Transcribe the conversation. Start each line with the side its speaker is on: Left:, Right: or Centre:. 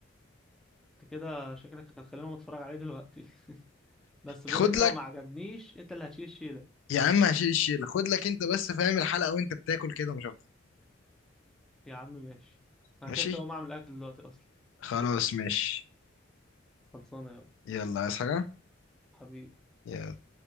Centre: انت كده شكلك هتخليني اتفرج عليه دلوقتي <laughs> بس بقول
Left: خد
Centre: لك إيه،
Left: لك
Centre: لو ما عجبنيش انت اللي هتشيل الشيله
Left: يا عم هشيل الشيله خد لك انت بس فاهم الحلقه وانت بتاكل كده مش اكتر
Centre: يا عم ماشي انا
Left: ماشي
Centre: كده كده هقوم اعمل اكل دلوقتي اصلا
Left: خلاص ماشي
Centre: خلصانه يابا
Left: يلا عايز حاجه
Centre: حبيبي
Left: يلا